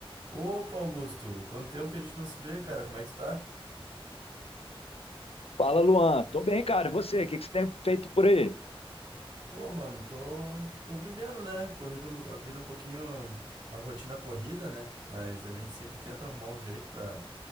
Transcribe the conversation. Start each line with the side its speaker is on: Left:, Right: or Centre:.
Right: Opa, Augusto, quanto tempo que a gente não se vê, cara? Como é que tu tá?
Left: Fala, Luan. Tô bem, cara. E você? O que que você tem feito por aí?
Right: Pô, mano, tô, tô vivendo, né? Corrido, a vida um pouquinho, a rotina corrida, né? Mas a gente sempre tenta arrumar um jeito pra,